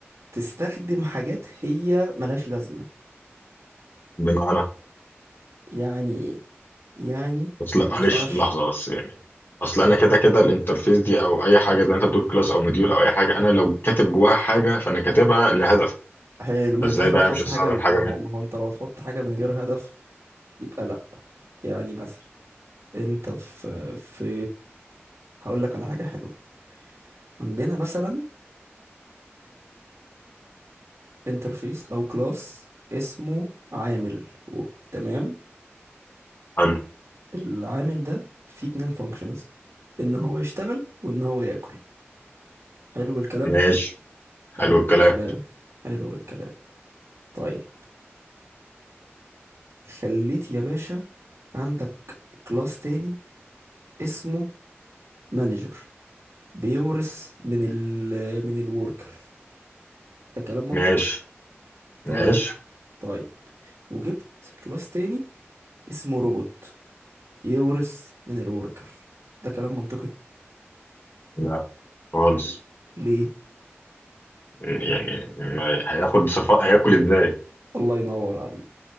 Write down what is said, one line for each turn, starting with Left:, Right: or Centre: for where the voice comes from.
Right: تستخدم حاجات هي ملهاش لازمة
Left: بمعنى
Right: يعني ايه يعني
Left: اصل
Right: ما
Left: معلش
Right: ينفعش
Left: لحظه بس يعني اصل انا كده كده الانترفيس دي او اي حاجه زي ما انت بتقول كلاس او مديول او اي حاجه انا لو كاتب جواها حاجه فانا كاتبها لهدف
Right: حلو ما
Left: فازاي
Right: ينفعش
Left: بقى
Right: بقى تحط
Left: مش هستخدم
Right: حاجة ما
Left: حاجه من
Right: هو ما هو انت لو هتحط حاجة من غير هدف يبقى لا يعني مثلا انت في في هقول لك على حاجة حلوة عندنا مثلا انترفيس او كلاس اسمه عامل و... تمام
Left: حلو
Right: العامل ده فيه اتنين فانكشنز ان هو يشتغل وان هو ياكل حلو الكلام
Left: ماشي حلو
Right: حلو
Left: الكلام
Right: الكلام حلو الكلام طيب خليت يا باشا عندك كلاس تاني اسمه مانجر بيورث من ال من الوركر ده كلام منطقي
Left: ماشي
Right: طيب
Left: ماشي
Right: طيب وجبت كلاس تاني اسمه روبوت يورث من الوركر ده كلام منطقي
Left: لا خالص
Right: ل- ليه
Left: يعني ما هياخد صفاء هياكل ازاي
Right: الله ينور عليك